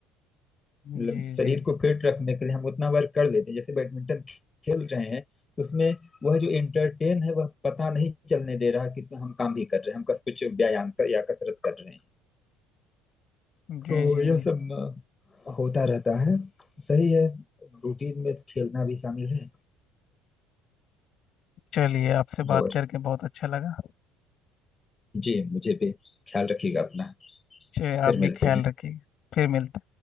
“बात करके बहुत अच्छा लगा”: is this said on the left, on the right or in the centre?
Left